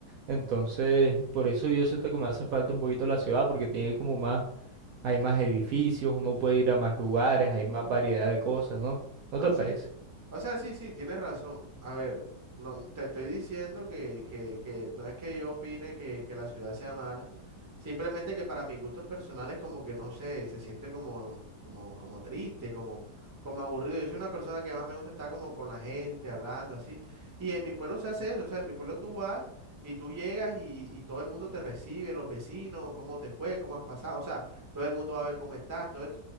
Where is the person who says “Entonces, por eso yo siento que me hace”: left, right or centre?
Right